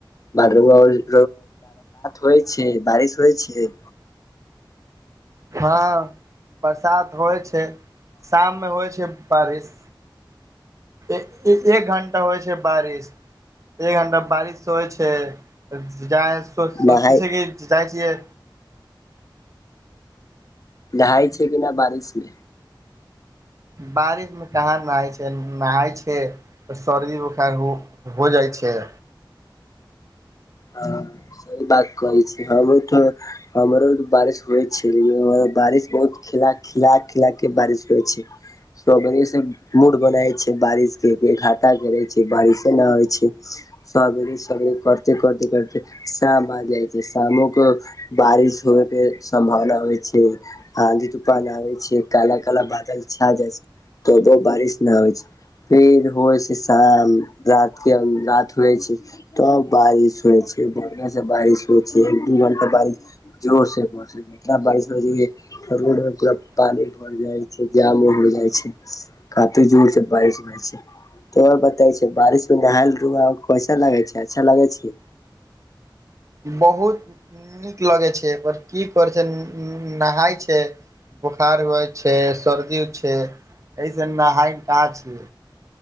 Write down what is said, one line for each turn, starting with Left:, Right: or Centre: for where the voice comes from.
Left: न <unintelligible> होइ छै बारिश होइ छै
Right: हँ बरसात होइ छै शाम मे होइ छै बारिश एक घंटा होइ छै बारिश एक घण्टा बारिश होइ छै जा सोचै
Left: नहाय
Right: छै कि जाइ छियै
Left: नहााय छै कि नऽ बारिश मे
Right: बारिश मे कहाँ नहाय छै नहाय छै तऽ सर्दी बोखार हो हो जाइ छै
Left: हँ सहि बात करै छी हमहु तो हमरो ओर बारिश होइ छै लेकिन हपरा ओर बारिश बहुत खिल खिला केँ बारिश होइ छै सबेरे से मूड बनाै छै बारिश केँ घाटा करे छै बारिशे नऽ होइ छै सगरे सगरे करते करते करते शामा आ जाई छै शामो कऽ बारिश होके सम्भावना होइ छै आँधी तूफान आबै छै काल काल बादल छा जाइ छै तबो बारिश नऽ होइ छै फेर होइ छै शाम रातिके रात होइ छै तब बारिश होइ छै बढ़िया से बारिश होइ छै एक दु घंटा बारिश जोर से होइ छै इतना बारिश होइ छै जे रोड मे पूरा पानी भर जाइ छै जामो हो जाइ छै कते जोड़ से बारिश होइ छै तो आओर बताबे घिये बारिश मे नहाय <unintelligible> कैसन लगैय छै अच्छा लगैय छै
Right: बहुत नीक लगैए छै पर की करै छै नहाय छै बोखार होइ छै सर्दी छै एहिस नहाय कहाँ छियै